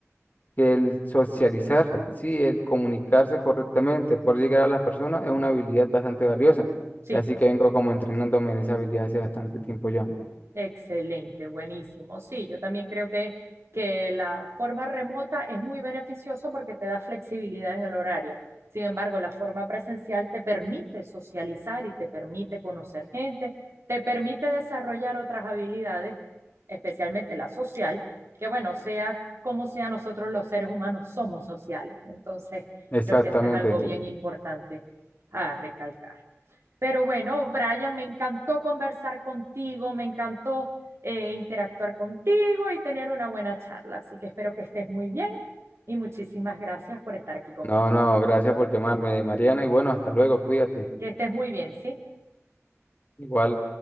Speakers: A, on the left; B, on the right.
A: que el socializar, sí, el comunicarse correctamente, por llegar a las personas es una habilidad bastante valiosa.
B: sí,
A: Así que vengo como entrenándome en esa habilidad hace bastante tiempo ya.
B: Excelente, buenísimo. Sí, yo también creo que, que la forma remota es muy beneficioso porque te da flexibilidad en el horario. Sin embargo, la forma presencial te permite socializar y te permite conocer gente, te permite desarrollar otras habilidades, especialmente la social, que bueno, sea como sea, nosotros los seres humanos somos sociales. Entonces,
A: Exactamente.
B: creo que eso es algo bien importante a recalcar. Pero bueno, Brian, me encantó conversar contigo, me encantó eh, interactuar contigo y tener una buena charla. Así que espero que estés muy bien y muchísimas gracias por estar aquí conmigo.
A: No, no, gracias por llamarme, Mariana, y bueno, hasta luego, cuídate.
B: Que estés muy bien, ¿sí?
A: Igual.